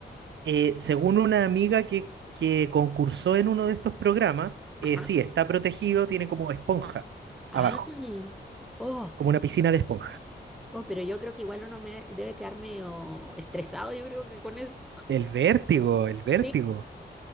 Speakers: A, on the right; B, in the centre.
A: Eh, según una amiga que, que concursó en uno de estos programas, eh,
B: Ajá.
A: sí, está protegido, tiene como esponja
B: Ah,
A: abajo,
B: oh,
A: como una piscina de esponja.
B: oh, pero yo creo que igual uno me debe quedar medio estresado, yo creo que con eso.
A: El vértigo, el vértigo,
B: Sí.